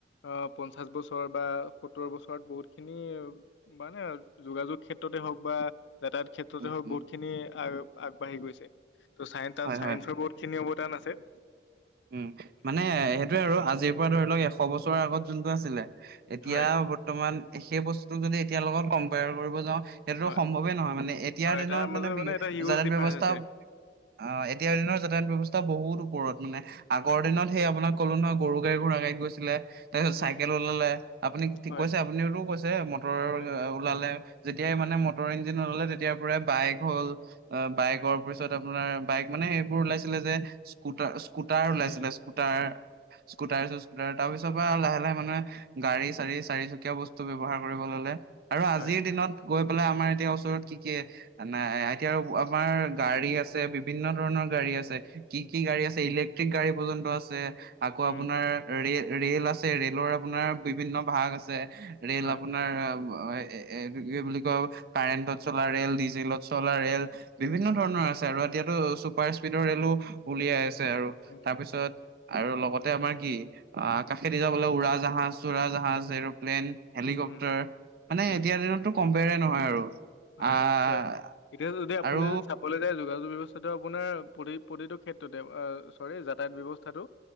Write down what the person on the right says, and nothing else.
উম
উম
হয়
হয়
উম, মানে সেইটোয়ে আৰু আজিৰ পৰা ধৰি লওক এশ বছৰৰ আগত যোনটো আছিলে এতিয়া
বৰ্তমান সেই বস্তুতোক যদি এতিয়াৰ লগত কম্পেয়াৰ কৰিব যাওঁ সেইটো
সম্ভৱে নহয় মানে এতিয়াৰ
দিনত
মানে
যাতায়াত
ব্যয়ৱস্থাও।
অ এতিয়া দিনৰ যাতায়ত ব্যৱস্থা বহুত ওপ- ওপৰত মানে আগৰ
দিনত সেই আপোনাক কলো নহ গৰু গাড়ী ঘোৰা গাড়ীত গৈছিলে। তাৰপিছত
চাইকেল
ওলালে আপুনি ঠিক
কৈছে, আপুনিওতো কৈছে মটৰ
ওলালে যেতিয়াই
মানে নাই মটৰ ইঞ্জিন নললে তেতিয়াৰ পৰাই বাইক হ'ল অ বাইকৰ
পিছত আপোনাৰ বাইক মানে সেইবোৰ ওলাইছিলে যে স্কুটাৰ স্কুটাৰ ওলাইছিলে,
স্কুটাৰ
স্কুটাৰ চু স্কুটাৰ, তাৰপিছৰ পৰা লাহে লাহে মানে গাড়ী চাঢ়ি চাৰিচকীয়া বস্তু ব্যৱহাৰ কৰিব ললে। আৰু আজিৰ
দিনত। গৈ পেলাই আমাৰ এতিয়া ওচৰত কি কি নাই এতিয়া আৰু আমাৰ গাড়ী আছে বিভিন্ন ধৰণৰ। গাড়ী আছে, কি কি গাড়ী
আছে ইলেকট্ৰিক গাড়ী পৰ্য্যন্ত আছে, আকৌ
আপোনাৰ ৰে ৰেল ৰে'ল আছে, ৰেলৰ আপোনাৰ বিভিন্ন ভাগ আছে। ৰেল
আপোনাৰ অ এ এইটো কি বুলি কয় কাৰেণ্টত চলা ৰেল ডিজেলত চলা ৰেল। বিভিন্ন
ধৰণৰ আছে আৰু এতিয়াতো চুপাৰ স্পীডৰ ৰেলো উলিয়াই আছে আৰু
তাৰপিছত আৰু লগতে আমাৰ কি আ কাশেদি যাবলে উৰা জাহাজ চোৰা জাহাজ এৰ'প্লেন। হেলিকপটাৰ,
মানে
এতিয়াৰ দিনতো কম্পেয়াৰ নহয় আৰু।
আহ
আৰু